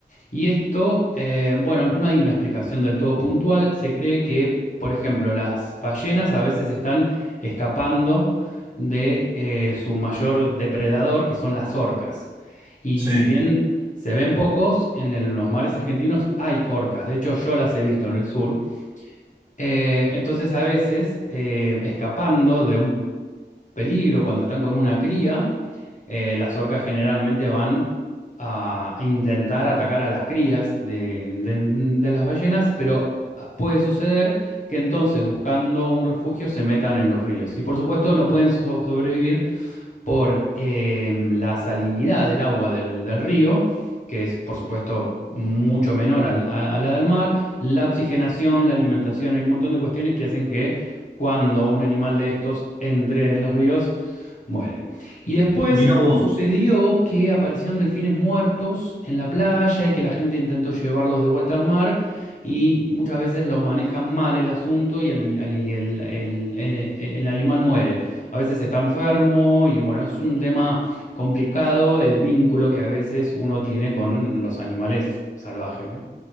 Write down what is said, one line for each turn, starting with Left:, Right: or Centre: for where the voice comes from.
Left: Y esto, eh, bueno, no hay una explicación del todo puntual. Se cree que, por ejemplo, las ballenas a veces están escapando de eh, su mayor depredador, que son las orcas. Y
Right: sí.
Left: si bien se ven pocos, en el- los mares argentinos hay orcas. De hecho, yo las he visto en el sur. Eh, entonces, a veces, eh, escapando de un peligro cuando están con una cría, eh, las orcas generalmente van a intentar atacar a las crías de, de- de las ballenas, pero ah, puede suceder que entonces buscando un refugio se metan en los ríos. Y por supuesto no pueden so- sobrevivir por eh, la salinidad del agua del, del río, que es por supuesto mucho menor al- a, a la del mar, la oxigenación, la alimentación, hay un montón de cuestiones que hacen que cuando un animal de estos entre en los ríos, muere. Y después
Right: Mirá vos.
Left: sucedió que aparecieron delfines muertos en la playa y que la gente intentó llevarlos de vuelta al mar y muchas veces lo manejan mal el asunto y, ani- y el, el- el- el animal muere a veces está enfermo y bueno, es un tema complicado el vínculo que a veces uno tiene con los animales salvajes, ¿no?